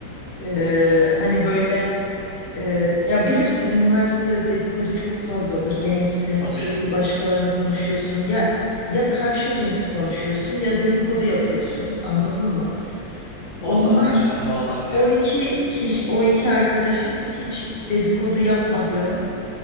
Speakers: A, on the left; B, on the left.
A: Eee, hani böyle. Ee, ya bilirsin üniversitede dedikodu çok fazladır. Gençsin,
B: tabii.
A: sürekli başkalarını konuşuyorsun. Ya ya karşı cinsi konuşuyorsun ya dedikodu yapıyorsun. Anladın mı?
B: O
A: Onlar
B: zaten önemli olan ya.
A: o iki kişi, o iki arkadaşım hiç dedikodu yapmadığım